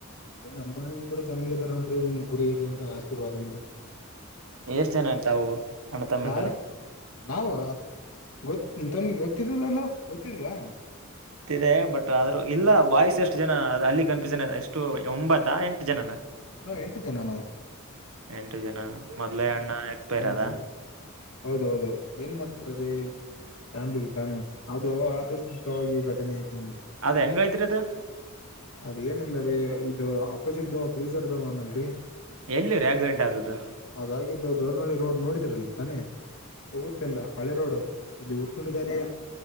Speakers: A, on the left (about 85°); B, on the right (about 75°).
A: ಏ ನಮ್ಮ ಕೂ ಚನ್ನಾಗಿದಿದ್ದಾರೆ ನೋಡರಿ ನಿಮ್ ಗುರಿ ಇರಿ ಅವ್ರ ಆಶೀರ್ವಾದದಿಂದ
B: ಎಷ್ಟೇನಟಾವು ಅಣ್ಣತಮ್ಮಂದ್ರ
A: ಹಾ ರೀ ನಾವ ಗೊ ತಮ್ಗೆ ಗೊತ್ತಿದದ ಅಲ್ವಾ ಗೊತ್ತಿಲ್ವಾ
B: ದೆ ಬಟ್ ಆದ್ರೂ ಇಲ್ಲ ಬಾಯ್ಸ್ ಎಷ್ಟು ಜನ ಅದು ಅಲ್ಲಿ ಕನ್ಫಿೂಸನ್ ಇದೆ ಎಷ್ಟು ಒಂಬತ್ತ ಎಂಟು ಜನನ
A: ನಾವ್ ಎಂಟು ಜನ ನಾವು
B: ಎಂಟು ಜನ ಮೊದ್ಲೇ
A: ಹಾ
B: ಅಣ್ಣ ಎಕ್ಸ್ಪೈರ್
A: ಹ್ಮ್
B: ಆದ
A: ಹ್ಮ್ ಹೌದೌದು ಏನ್ ಮಾಡ್ತರೀ ಫ್ಯಾಮ್ಲಿ ತಾನೆ ಅದು ಆಕಸ್ಮಿಕವಾಗಿ ಘಟನೆ ಇತ್ತು ತ
B: ಅದ್ ಹೆಂಗೈತ್ರಿ ಅದು
A: ಅದ ಏನಿಲ್ಲ ರೀ ಇದು ಅಪೋಸಿಟ್ ದವ ಕ್ರೂಸರ್ದವ ಅಲ್ರರಿ
B: ಎಲ್ಲಿರ ಆಕ್ಸಿಡೆಂಟ್ ಆದದ್ದು
A: ಅದಾಗಿದ್ದು ದೌರ್ನಹಳ್ಳಿ ರೋಡ್ ನೋಡಿದ್ರಲ್ಲಿ ತಾನೆ ಹೋಗುತ್ತಲ್ಲ ಹಳೆ ರೋಡ್ ಇಲ್ಲಿ ಉಊರ್ಕೊಂಡಿದ್ದಾರೆ